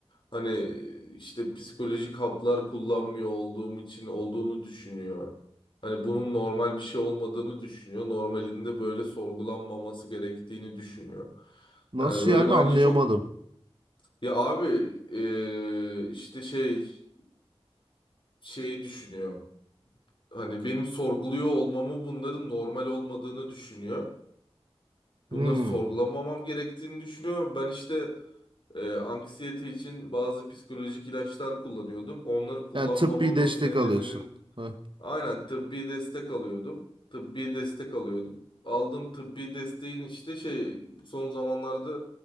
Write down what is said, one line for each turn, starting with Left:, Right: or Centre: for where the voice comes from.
Left: hani işte psikolojik haplar kullanmıyor olduğum için olduğunu düşünüyor. Hani bunun normal bir şey olmadığını düşünüyor. Normalinde böyle sorgulanmaması gerektiğini düşünüyor.
Right: Nasıl
Left: Yani böyle
Right: yani
Left: bence
Right: anlayamadım.
Left: çok ya abi eee, işte şey şeyi düşünüyor. Hani benim sorguluyor olmamı bunların normal olmadığını düşünüyor.
Right: Hmm.
Left: Bunları sorgulamamam gerektiğini düşünüyor. Ben işte e, anksiyete için bazı psikolojik ilaçlar kullanıyordum. Onları kullanmamanın
Right: Yani tıbbi destek
Left: nedeninin
Right: alıyorsun. Heh,
Left: aynen tıbbi destek alıyordum. Tıbbi destek alıyordum. Aldığım tıbbi desteğin işte şey son zamanlarda